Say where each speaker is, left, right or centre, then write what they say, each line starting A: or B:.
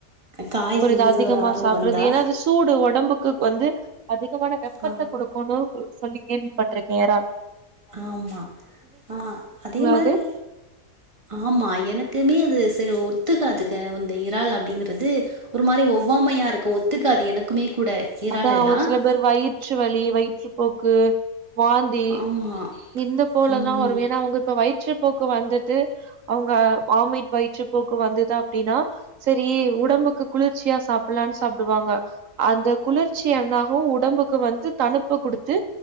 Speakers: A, on the right; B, on the right.
A: காய்கள்
B: ஒரு இது
A: மீது
B: அதிகமா
A: ஆர்வம்
B: சாப்பிட்றது
A: வந்தா,
B: ஏன்னா அது சூடு ஒடம்புக்கு வந்து அதிகமான வெப்பத்த
A: ஆ
B: குடுக்குன்னு சொல்லி கேள்விப்பட்டிருக்கே எறா
A: ஆமா ஆ அதே மாறி
B: அது
A: ஆமா எனக்குமே அது சரி ஒத்துகாதுங்க அந்த இறால் அப்படிங்கிறது ஒரு மாறி ஒவ்வாமையா இருக்கும் ஒத்துக்காது எனக்குமே கூட இறால்
B: அத்தா
A: எல்லாம்.
B: ஒரு சில பேர் வயிற்று வலி வயிற்றுப்போக்கு வாந்தி
A: ஆமா
B: இந்த போலதா
A: ம்
B: வரு ஏன்னா அவங்க இப்ப வயிற்று போக்கு வந்துட்டு அவங்க வாமிட் வயிற்று போக்கு வந்தது அப்டின்னா சரி உடம்புக்கு குளிர்ச்சியா சாப்பிட்லான்னு சாப்புடுவாங்க அந்த குளிர்ச்சி எண்ணாகும் உடம்புக்கு வந்து தணுப்ப குடுத்து